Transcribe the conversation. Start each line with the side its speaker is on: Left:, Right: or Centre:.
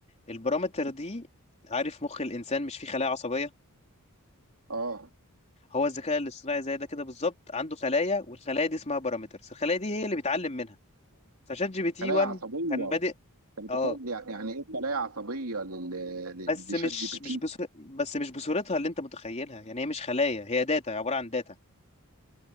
Left: البارامتر دي عارف مخ الانسان مش فيه خلايا عصبية
Right: اه
Left: هو الذكاء الاصطناعي زي ده كده بالظبط عنده خلايا والخلايا دي اسمها بارامترز الخلايا دي هي اللي بيتعلم منها فشات جي بي تي
Right: خلايا
Left: 1
Right: عصبيه
Left: كان بادئ
Right: انت
Left: اه
Right: متخيل يعني ايه خلايا عصبيه لل... لل-
Left: بس
Right: لشات
Left: مش
Right: جي بي تي
Left: مش بس بس مش بصورتها اللي انت متخيلها يعني هي مش خلايا هي داتا عبارة عن داتا